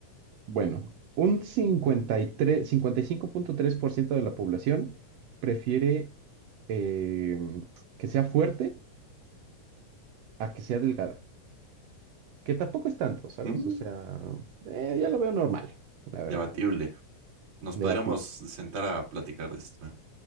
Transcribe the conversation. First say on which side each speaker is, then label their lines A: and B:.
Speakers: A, on the right (about 85°); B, on the right (about 45°).
A: bueno. Un cincuenta cincuenta y y tres, tres cinco punto tres por ciento de la población prefiere eh, que sea fuerte a que sea delgada. Que tampoco es tanto, ¿sabes?
B: Mm,
A: O sea, eh, ya lo veo normal, la
B: Debatible.
A: verdad.
B: Nos
A: Debatir.
B: podríamos sentar a platicar de esto, ¿eh?